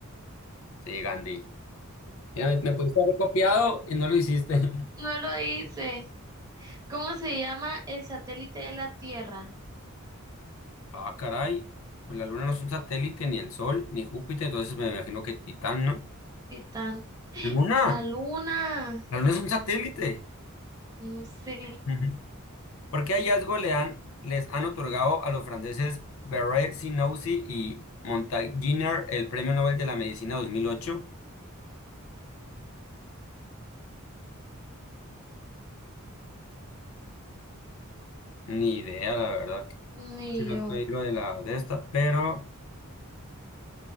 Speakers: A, on the left; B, on the right.
A: Sí, Gandhi. Mira, me, me pudiste haber copiado y no lo hiciste. <laughs>
B: no lo hice. ¿Cómo se llama el satélite de la Tierra?
A: Ah, caray. Pues la Luna no es un satélite, ni el Sol, ni Júpiter, entonces me imagino que Titán, ¿no?
B: Titán. <gasps>
A: ¿Luna?
B: La luna.
A: ¿La Luna es un satélite?
B: No sé.
A: <laughs> ¿Por qué hallazgo le han, les han otorgado a los franceses Barré-Sinoussi y Montagnier el Premio Nobel de la Medicina 2008? Ni idea, la verdad. que
B: Ni
A: Casi no
B: yo.
A: estoy lo de la de esta, pero...